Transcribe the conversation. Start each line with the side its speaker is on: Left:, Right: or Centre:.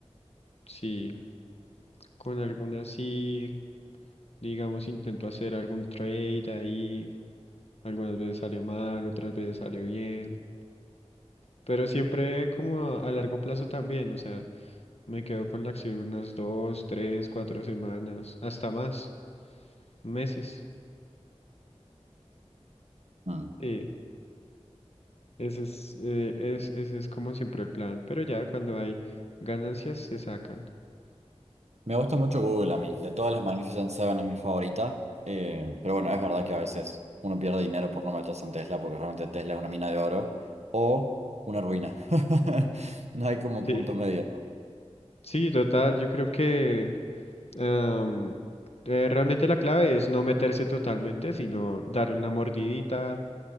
Left: Sí, con algunas sí, digamos, intento hacer algún trade ahí. Algunas veces sale mal, otras veces sale bien. Pero siempre como a, a largo plazo también, o sea, me quedo con la acción unas dos, tres, cuatro semanas, hasta más, meses.
Right: Mm.
Left: Sí, ese es, eh, es, ese es como siempre el plan. Pero ya cuando hay ganancias se sacan.
Right: Me gusta mucho Google a mí, de todas las Magnificent Seven es mi favorita, eh, pero bueno, es verdad que a veces uno pierde dinero por no meterse en Tesla, porque realmente Tesla es una mina de oro o una ruina. <laughs> No hay como
Left: Sí.
Right: punto medio. ¿no?
Left: Sí, total, yo creo que Am, eh, realmente la clave es no meterse totalmente, sino darle una mordidita,